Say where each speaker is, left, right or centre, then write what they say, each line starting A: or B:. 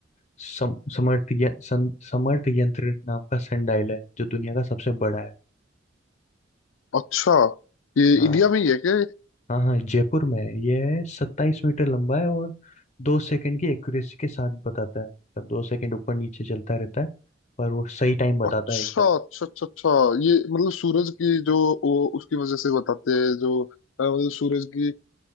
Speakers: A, on the left (about 35°); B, on the left (about 80°).
A: सम, समर्थ य- सं, समर्थ यंत्र नाम का संडाइल है जो दुनिया का सबसे बड़ा है
B: अच्छा ये
A: हाँ
B: इंडिया में ही है क्या
A: हाँ हाँ जयपुर में है। ये सत्ताईस मीटर लंबा है और दो सेकंड की एक्यूरेसी के साथ बताता है मतलब दो सेकंड ऊपर नीचे चलता रहता है पर वो सही टाइम बताता
B: अच्छा
A: है एकदम
B: अच्छा अच्छा अच्छा ये मतलब सूरज की जो वो उसकी वजह से बताते हैं जो अ, मतलब सूरज की